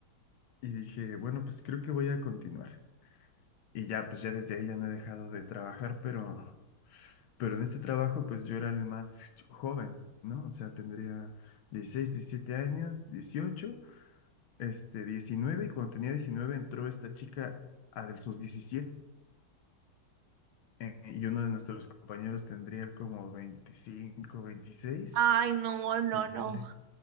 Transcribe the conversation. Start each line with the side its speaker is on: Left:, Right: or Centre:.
Left: y dije, bueno, pues creo que voy a continuar. Y ya, pues ya desde ahí ya no he dejado de trabajar, pero... Pero en este trabajo, pues yo era el más ch- joven, ¿no? O sea, tendría 16 17 años, dieciocho este, diecinueve y cuando tenía 19 entró esta chica a de sus diecisiete eh, y uno de nuestros compañeros tendría como veinticinco veintiséis
Right: Ay, no, no,
Left: y
Right: no.
Left: ya le,